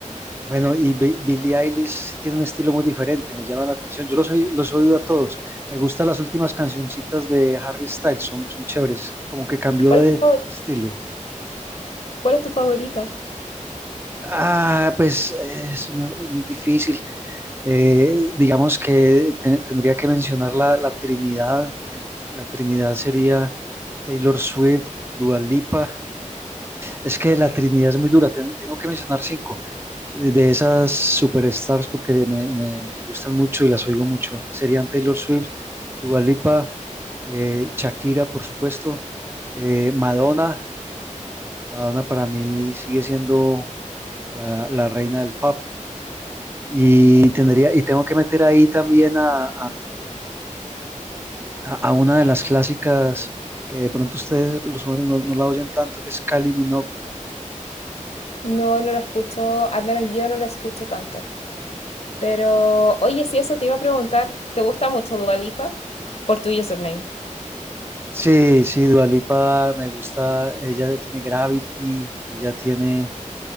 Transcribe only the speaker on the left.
¿Cuál
es tu favori-
¿Cuál es tu favorita?
No, no la escucho, al menos yo no la escucho tanto. Pero, oye, si eso te iba a preguntar, ¿te gusta mucho Dua Lipa? Por tu username.